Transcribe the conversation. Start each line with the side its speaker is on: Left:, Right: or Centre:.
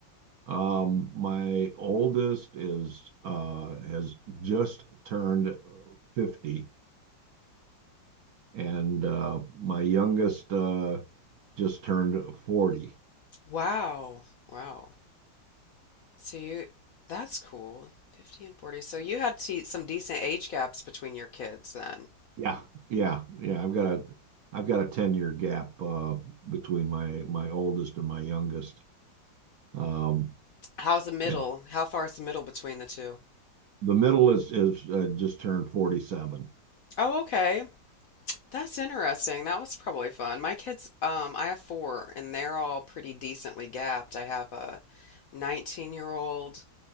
Right: Um, my oldest is uh, has just turned 50, and uh, my youngest uh, just turned 40.
Left: Wow. Wow. So you that's cool. 50 and 40. So you had to some decent age gaps between your kids then.
Right: Yeah, yeah, yeah. I've got a I've got a 10-year gap uh between my my oldest and my youngest. Um
Left: How's the middle?
Right: and
Left: How far is the middle between the two?
Right: the middle is is uh, just turned 47.
Left: Oh, okay. That's interesting. That was probably fun. My kids, um, I have four, and they're all pretty decently gapped. I have a 19 year old,